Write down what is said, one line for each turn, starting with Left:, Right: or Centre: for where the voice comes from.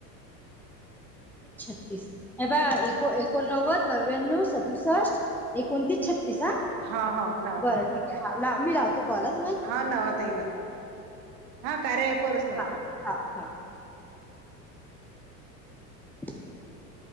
Centre: छत्तीस, हे बघ एको एकोनव्वद नव्व्यान्नव सदूसष्ट एकोणतीस छत्तीस हां, आ
Right: हा हा लावा
Centre: बरं ठीक हाय. हा लाव मी लावतो कॉल हां?
Right: हा लावा ताई लाव, हा कार्या ॲपवरच लावा.
Centre: हां हां. <inaudible>